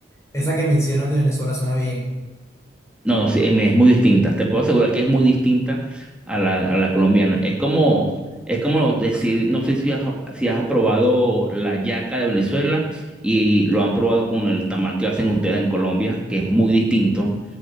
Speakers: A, on the left (about 15°); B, in the centre.
A: esa que mencionas de Venezuela, suena bien.
B: No, no, sí, es, es muy distinta. Te puedo asegurar que es muy distinta a la, a la colombiana. Es como, es como decir, no sé si has, si has probado la yaca de Venezuela y, lo han probado con el tamal que hacen ustedes en Colombia, que es muy distinto.